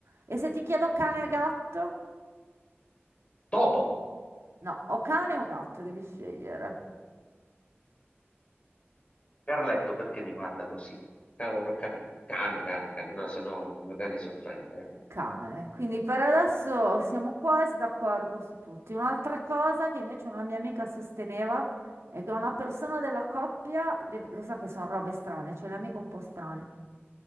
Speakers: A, on the right; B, on the left.
A: E se ti chiedo cane e gatto?
B: Topo,
A: O- no, o cane o gatto devi scegliere.
B: Carletto, perché mi guarda così? Cavolo, cane, cane, cane, cane. No, se no il mio cane si offende.
A: cane. Quindi per adesso siamo quasi d'accordo su tutti. Un'altra cosa che invece una mia amica sosteneva è che una persona della coppia, deve- lo so che sono robe strane, cioè le amiche un po' strane.